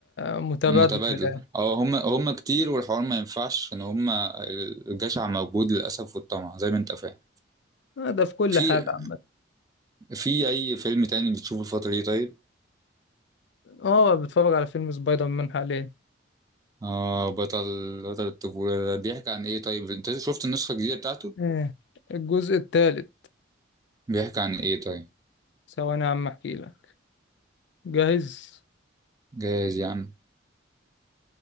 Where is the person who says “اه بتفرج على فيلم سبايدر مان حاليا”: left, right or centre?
Left